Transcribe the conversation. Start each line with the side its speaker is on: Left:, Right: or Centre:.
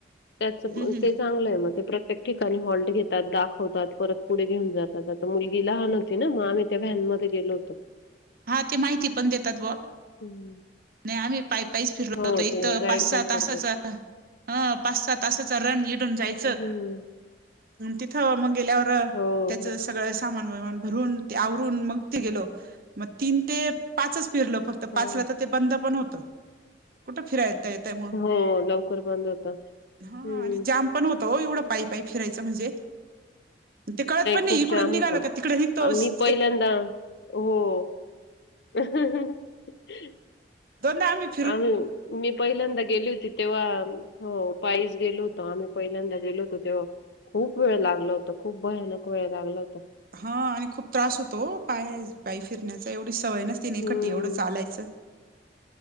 Left: त्याच
Right: हम्म
Left: ते चांगलं आहे मग ते प्रत्य ठिकाणी हॉल्ट घेतात दाखवतात परत पुढे घेऊन जातात आता मुलगीला हा. ना मग आम्ही त्या व्हनमध्येध्ये गेलो होतो.
Right: हा ती माहिती पण देतात बुवा.
Left: हं.
Right: नाही आम्ही पाय पाईच फिरलो
Left: हो,
Right: होतो एक
Left: ते
Right: तर
Left: गाईड
Right: पाच सहा
Left: पण
Right: तासाच.
Left: करतात.
Right: ह पाच सहा तासाचा रन निडून जायचा.
Left: हम्म
Right: तिथं मग गेल्यावर
Left: हो,
Right: त्याचं
Left: हो.
Right: सगळं सामान विमान भरून ते आव मग ते गेल म तीन ते पाचच फिरल फक्त
Left: हां.
Right: पाच फिरलो ते बंद पण होत कुठं फिरायचं. त्या म
Left: हो, लवकर बंद होतं.
Right: हा
Left: हं.
Right: आणि जाम पण होतो एवढं पाय पाय फिरायचं. ते म्हणजे ते कळत पण नाही
Left: खूप
Right: इकडून
Left: जाम
Right: निघाल
Left: होतं.
Right: का तिकडे निघतोच.
Left: आम्ही पहिल्यांदा हो <inaudible>
Right: दोनम्ही <inaudible>
Left: आम्ही मी पहिल्यांदा गेली होती तेव्हा हो पायस गेलो होतो आम्ही. पहिल्यांदा गेलो होतो तेव्हा खूप वेळ लागला होता खूप भयानक वेळ लागला होता.
Right: हा आणि खूप त्रास होतो ओ पायी फिरण्याचा एवढी सवय नसती नखटी
Left: हम्म.
Right: एवढं चालायचं.